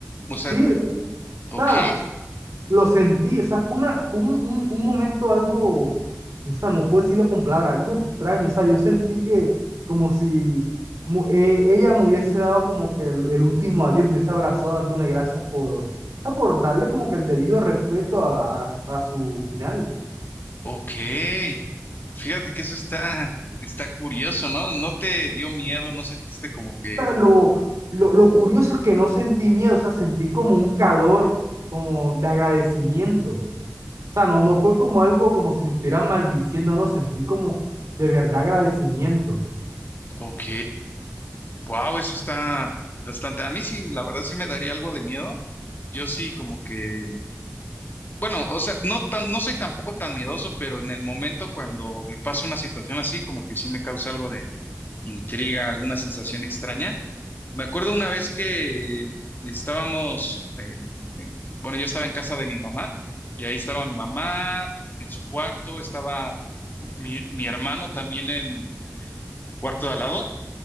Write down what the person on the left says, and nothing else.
O sea,
ok,
ok. Fíjate que eso está, está curioso, ¿no? No te dio miedo, no sentiste como que,
o-
ok, wow, eso está bastante. A mí sí, la verdad sí me daría algo de miedo. Yo sí, como que. Bueno, o sea, no tan, no soy tampoco tan miedoso, pero en el momento cuando me pasa una situación así, como que sí me causa algo de intriga, alguna sensación extraña. Me acuerdo una vez que estábamos, eh, en- bueno, yo estaba en casa de mi mamá y ahí estaba mi mamá en su cuarto, estaba mi, mi hermano también en, en el cuarto de al lado